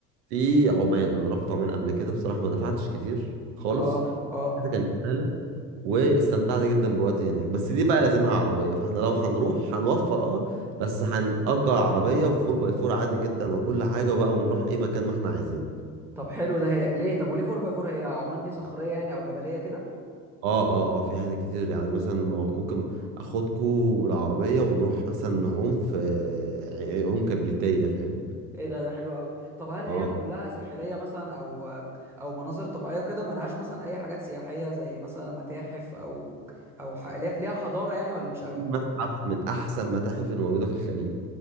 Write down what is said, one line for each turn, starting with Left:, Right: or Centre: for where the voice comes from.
Right: في عمان انا رحت عمان قبل كده بصراحه ما دفعتش كتير خالص
Centre: اه اه
Right: كان واستمتعت جدا بوقتي هناك بس دي بقى لازمها عربية فاحنا لو هنروح هنوفر اه بس هنأجر عربية وفور باي فور عادي جدا وكل حاجة بقى ونروح اي مكان ما احنا عايزين
Centre: طب حلو ده هي ليه طب وليه 4 باي 4 هي عمان دي صخريه يعني او جبليه كده
Right: اه اه اه في حاجات كتير يعني مثلا م- ممكن اخدكوا بالعربية ونروح مثلا نعوم في ع- عيون كبريتية فاهم
Centre: ايه ده ده حلو قوي طب هل هي
Right: اه
Centre: كلها ساحليه مثلا او آه، او مناظر طبيعيه وكده ملهاش مثلا اي حاجات سياحيه زي مثلا متاحف او او ح... ليها ليها حضاره يعني ولا مش قوي
Right: في متحف من احسن متاحف الموجودة في الخليج